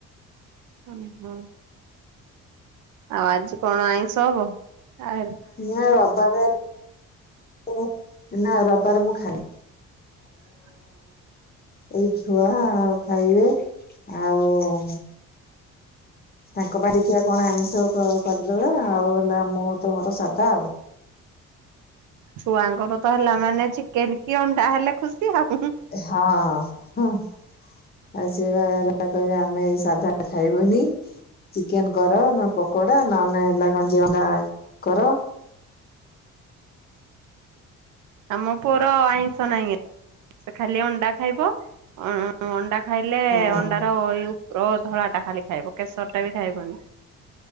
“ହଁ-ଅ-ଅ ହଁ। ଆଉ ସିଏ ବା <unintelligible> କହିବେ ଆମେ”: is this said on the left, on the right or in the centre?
Left